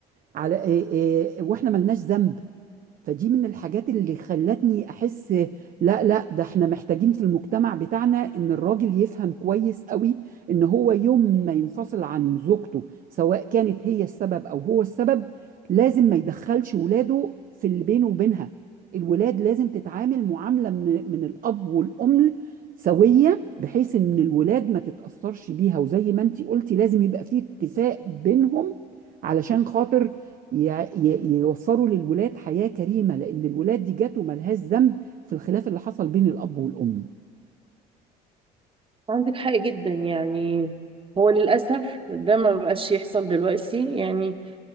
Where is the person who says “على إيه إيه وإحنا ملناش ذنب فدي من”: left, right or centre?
Right